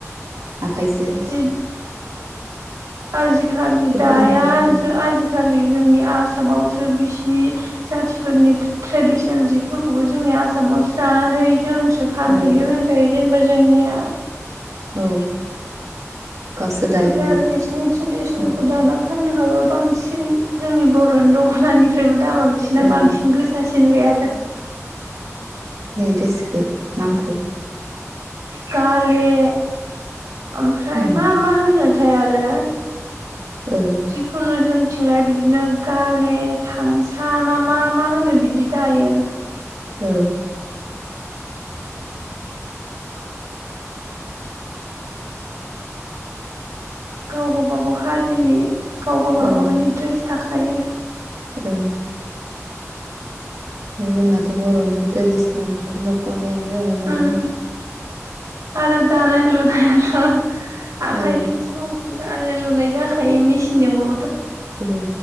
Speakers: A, on the right (about 65°); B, on the right (about 85°).
A: आखाइजों
B: जि आजिखालि दाया
A: खोनादों आरो
B: आज आजि खालि जोंनि आसामावसो बिसिनि जाथिफोरनि ट्रेडिसनेल जिफोरखौबो जोङो नि आसामावसो दानानै जोंसो फानहैयो
A: औ
B: होनजायो। जेनेबा जोंनिया
A: औ गावसोर दाया
B: ओमफाय
A: नामा
B: आरो बिसोरनि ट्रेडिसनेलखौ
A: उम,
B: दाना फाननो हाबा बांसिन जोंनि बर'नि दख'नानिफ्रायबो दामा बिसोरना
A: ओं
B: बांसिन गोसासिनलाय आरो।
A: ड्रेसखो नामखो।
B: गाले ओमफ्राय
A: उम,
B: मा-मा होनो। थाय आरो
A: ओं
B: जिखुनु जों। बिथिंलाया बिदिनो गाले थांसा ना मा-मा होनो बिदि दायो।
A: ओ।
B: गाव-गावबागाव हारिनि गाव-गावबागावनि
A: ओं
B: ड्रेस थाखायो।
A: ओं। जोंनाथ' बर'नि ट्रेडिसनेलथ दख'नायानो जाबाय नालाय।
B: उम आरो दानाय-लुनायाथ' आखाइजोंसो
A: ओं
B: बांसिन। दानाय-लुनाय जाखायो मिसिनजोंबो।
A: ओम